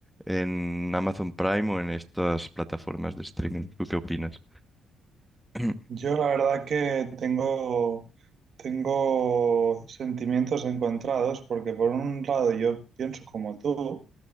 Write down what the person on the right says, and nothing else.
Yo la verdad que tengo, tengo sentimientos encontrados porque por un lado yo pienso como tú,